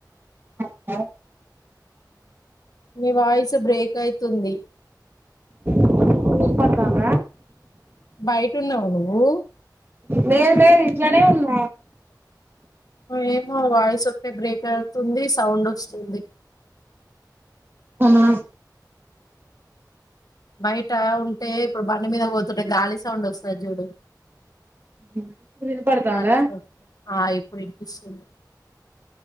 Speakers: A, on the right; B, on the left.
A: అ ఆ
B: మీ వాయిస్ బ్రేక్ అయితుంది
A: ఇప్పుడు వినపడ్తాందా
B: బైటున్నవ నువ్వు
A: లేదు లేదు ఇంట్లోనే ఉన్న
B: ఏమో వాయిస్ <unintelligible> బ్రేక్ అవుతుంది సౌండ్ ఒస్తుంది
A: అవునా
B: బయట ఉంటే ఇప్పుడు బండ మీద పోతుంటే గాలి సౌండ్ వస్తుంది చూడు
A: ఇప్పుడు వినపడతాంద
B: అట్లా ఆ ఇప్పుడు ఇనింపిస్తోంది